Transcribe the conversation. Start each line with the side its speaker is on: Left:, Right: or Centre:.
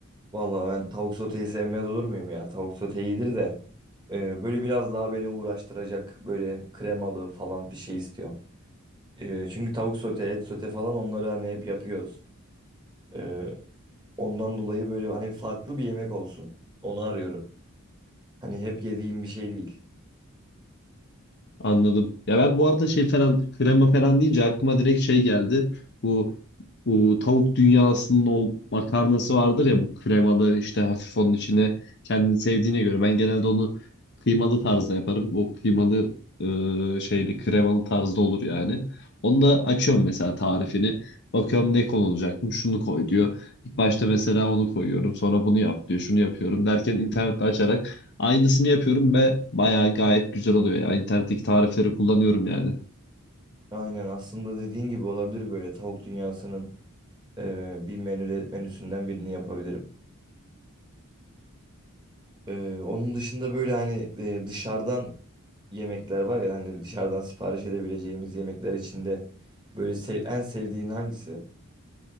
Right: Vallahi ben tavuk soteyi sevmez olur muyum ya? Tavuk sote iyidir de e, böyle biraz daha beni uğraştıracak böyle kremalı falan bir şey istiyorum. E, çünkü tavuk sote, et sote falan onları hani hep yapıyoruz. E, ondan dolayı böyle hani farklı bir yemek olsun. Onu arıyorum. Hani hep yediğim bir şey değil.
Left: Anladım. Ya ben bu arada şey falan krema falan deyince aklıma direkt şey geldi. Bu, bu tavuk dünyasının o makarnası vardır ya bu kremalı işte hafif onun içine kendini sevdiğine göre. Ben genelde onu kıymalı tarzda yaparım. O kıymalı e, şeyli kremalı tarzda olur yani. Onu da açıyorum mesela tarifini. Bakıyorum ne konulacak mı? Şunu koy diyor. İlk başta mesela onu koyuyorum. Sonra bunu yap diyor. Şunu yapıyorum derken internette açarak Aynısını yapıyorum ve bayağı gayet güzel oluyor ya. İnternetteki tarifleri kullanıyorum yani.
Right: Aynen aslında dediğin gibi olabilir böyle tavuk dünyasının e, bir menü menüsünden birini yapabilirim. E, onun dışında böyle hani e, dışarıdan yemekler var ya hani dışarıdan sipariş edebileceğimiz yemekler içinde böyle se- en sevdiğin hangisi?